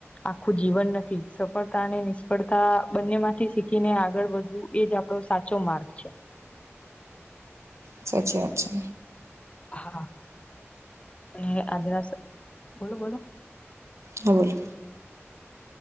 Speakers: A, on the left (about 25°); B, on the right (about 85°).
A: આખું જીવન નથી સફળતા અને નિષ્ફળતા બંને માંથી શીખીને આગળ વધવું એજ આપડો સાચો માર્ગ છે
B: સાચી વાત છે
A: હા અને આદ્રાસ બોલો બોલો
B: હા બોલો